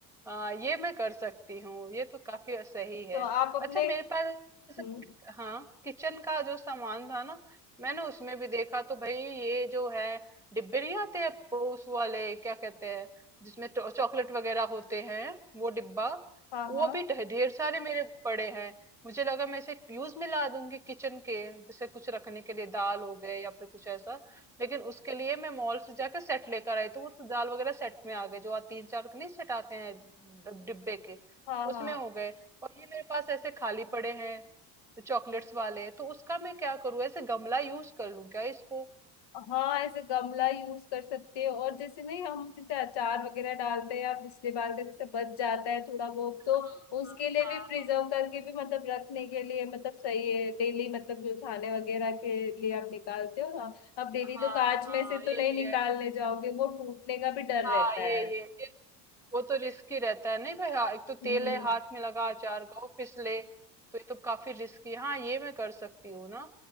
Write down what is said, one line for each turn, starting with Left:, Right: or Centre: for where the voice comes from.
Centre: हाँ ये मैं कर सकती हूँ ये तो काफी सही है
Left: तो आप अपने
Centre: अच्छा मेरे पास
Left: हम्म
Centre: हाँ किचन का जो सामान था ना मैंने उसमें भी देखा तो भाई ये जो है डिब्बे नहीं आते हैं वो, उस वाले क्या कहते हैं जिसमें चॉ- चॉकलेट वगैरह होते हैं वो डिब्बा
Left: हाँ
Centre: वो
Left: हाँ
Centre: भी ढे- ढेर सारे मेरे पड़े हैं मुझे लगा मैं इसे यूज में ला दूंगी किचन के जैसे कुछ रखने के लिए दाल हो गए या फिर कुछ ऐसा लेकिन उसके लिए मैं मॉल से जाके सेट लेकर आई तो वो तो दाल वगैरह सेट में आ गए जो आ तीन चार नहीं सेट आते हैं डब- डिब्बे के
Left: हाँ हाँ
Centre: उसमें हो गए और ये मेरे पास ऐसे खाली पड़े हैं चॉकलेट्स वाले तो उसका मैं क्या करूँ ऐसे गमला यूज कर लूँ क्या इसको
Left: हाँ ऐसे गमला यूज कर सकते हो और जैसे नहीं हम जैसे अचार वगैरह डालते हैं या पिछली बार का जैसे बच जाता है थोड़ा बहुत तो
Centre: हाँ
Left: उसके लिए भी प्रिजर्व
Centre: हाँ
Left: करके भी मतलब रखने के लिए मतलब सही है डेली मतलब जो खाने वगैरह के लिए आप निकालते हो ना आप डेली
Centre: हाँ
Left: तो
Centre: हाँ
Left: कांच
Centre: हाँ,
Left: में से
Centre: हाँ, ये
Left: तो नहीं
Centre: भी है
Left: निकालने जाओगे वो टूटने का भी डर
Centre: हाँ
Left: रहता
Centre: ये
Left: है
Centre: ये ये वो तो रिस्की रहता है नहीं भाई हाँ, एक तो तेल
Left: हम्म
Centre: है हाथ में लगा अचार का वो फिसले तो ये तो काफी रिस्की हाँ ये मैं कर सकती हूँ ना